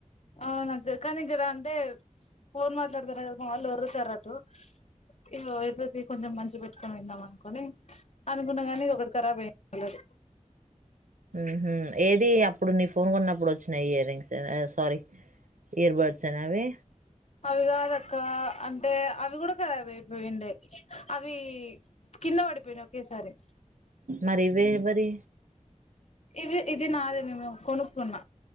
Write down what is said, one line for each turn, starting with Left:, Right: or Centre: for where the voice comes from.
Left: అవునక్క కానీ ఇక్కడ అంటే ఫోన్ మాట్లాడుతరు మా వాళ్ళు ఒర్లుతారు అటు, ఇవి అయిదైతే కొంచెం మంచిగా పెట్టుకొని విన్నాం అనుకొని, అనుకున్న కానీ ఒకటి ఖరాబ్ అయింది ఆల్రెడీ.
Right: హ్మ్ హు ఏది అప్పుడు నీ ఫోన్ కొన్నప్పుడు వచ్చినాయి ఇయర్ రింగ్స్ సారీ ఇయర్ బడ్సేనా అవి?
Left: అవి కాదక్క అంటే అవి కూడా ఖరాబ్ అయిపోయిండే. అవీ కింద పడిపోయినై ఒకేసారి.
Right: మరి ఇవే మరి
Left: ఇవి ఇది నాదే నేను కొనుక్కున్నా